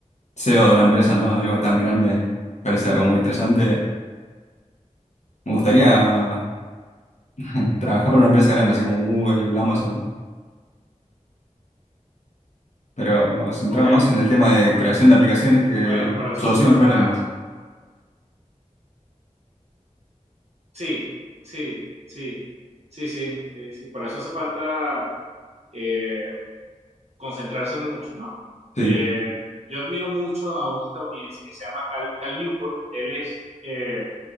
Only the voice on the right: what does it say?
Ok,
ok.
Bueno, para eso
hace falta,
sí, sí, sí, sí, sí, sí, sí, para eso hace falta eh, concentrarse mucho, ¿no?
Eh, yo admiro mucho a un estadounidense que se llama Cal, Cal Newport, él es eh,